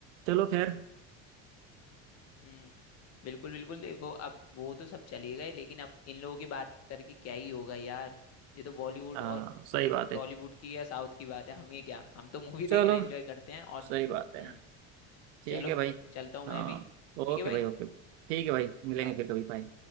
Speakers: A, on the right; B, on the left.
A: चलो खैर
B: हम्म बिल्कुल बिल्कुल देखो अब वो तो सब चले गए लेकिन अब इन लोगों की बात करके क्या ही होगा यार ये तो बॉलीवुड
A: हाँ
B: और
A: सही बात है
B: टॉलीवुड की या साउथ की बात है हम ये क्या हम तो मूवी
A: चलो
B: देखना एंजॉय करते हैं और
A: सही बात है
B: हम्म
A: ठीक
B: चलो
A: है भाई
B: चलता हूँ
A: हाँ
B: मैं भी
A: ओके
B: ठीक है भाई
A: भाई ओके ठीक है भाई मिलेंगे
B: Bye.
A: फिर कभी बाय